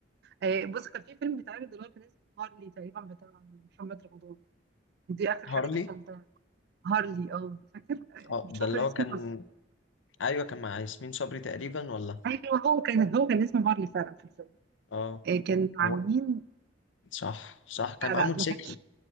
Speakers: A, on the right; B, on the left.
A: آه، بص كان في فيلم بيتعرض دلوقتي كان اسمه هارلي تقريبا بتاع محمد رمضان دي آخر حاجة
B: هارلي
A: دخلتها هارلي اه فاكر آه،
B: اه
A: مش
B: ده
A: فاكرة
B: اللي هو
A: اسمه
B: كان
A: بس
B: ايوه كان مع ياسمين صبري تقريبا ولا
A: أيوه هو كان هو كان اسمه هارلي فعلا في الفيلم
B: اه
A: آه، كان عاملين
B: هو صح صح كان
A: لا
B: معاه
A: لا
B: موتوسيكل
A: ما كان